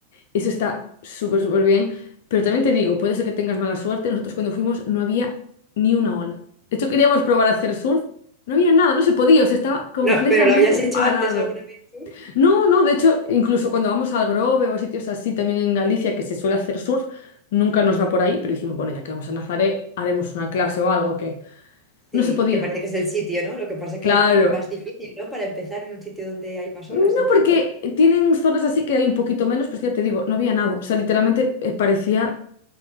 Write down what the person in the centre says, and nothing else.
No, pero lo habías
hecho antes alguna vez tú.
Sí,
que parece que es el sitio, ¿no? Lo que pasa
que más difícil, ¿no? Para empezar en un sitio donde hay más
olas, entiendo.